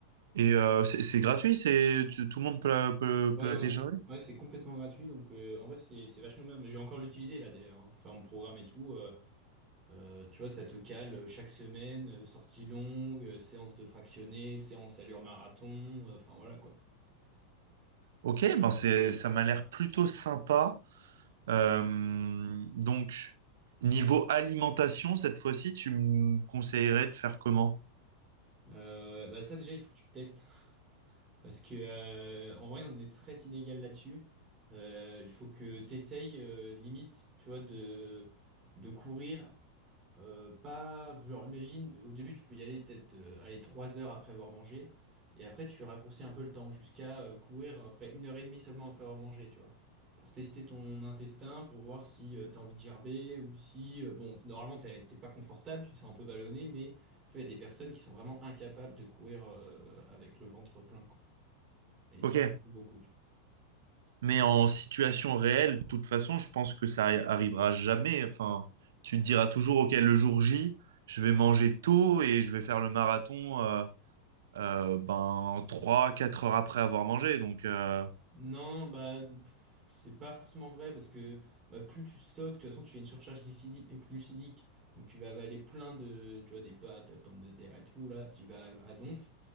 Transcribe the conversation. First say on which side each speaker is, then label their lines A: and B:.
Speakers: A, on the right; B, on the right.
A: Et euh, c'est c'est gratuit, c'est tu- tout le monde peut la, peut,
B: Ouais,
A: peut la
B: ouais,
A: télécharger.
B: ouais, Ouais, c'est complètement gratuit, donc euh, en vrai c'est c'est vachement bien. Mais j'ai encore l'utilisé là d'ailleurs hein, pour faire mon programme et tout. euh, euh, tu vois, ça te cale euh, chaque semaine, euh, sortie longue, euh, séance de fractionné, séance allure marathon, euh, enfin voilà quoi.
A: Ok, ben c'est ça m'a l'air plutôt sympa. Euh, donc niveau alimentation cette fois-ci, tu me conseillerais de faire comment?
B: Euh, bah ça déjà il faut que tu testes. Parce que euh, en vrai, on est très inégal là-dessus. Euh, il faut que t'essayes euh, limite, tu vois, de de courir. Euh, pas, genre, imagine, au début, tu peux y aller peut-être euh, aller trois heures après avoir mangé, et après, tu raccourcis un peu le temps jusqu'à euh, courir après une heure et demie seulement après avoir mangé, tu vois, pour tester ton intestin, pour voir si euh, t'as envie de gerber ou si, euh, bon, normalement, t'es t'es pas confortable, tu te sens un peu ballonné, mais tu vois, il y a des personnes qui sont vraiment incapables de courir euh, avec le ventre plein, quoi. Et ça,
A: Ok,
B: c'est pas beaucoup, tu vois.
A: mais en situation réelle, de toute façon, je pense que ça arri- arrivera jamais. Enfin, tu te diras toujours, ok, le jour J, je vais manger tôt et je vais faire le marathon euh, euh, ben trois quatre heures après avoir mangé. Donc euh,
B: Non, bah, pff, c'est pas forcément vrai parce que bah, plus tu stockes, de toute façon, tu fais une surcharge glycidi- glucidique. Donc, tu vas avaler plein de, tu vois, des pâtes, pommes de terre et tout, là, tu vas à donf.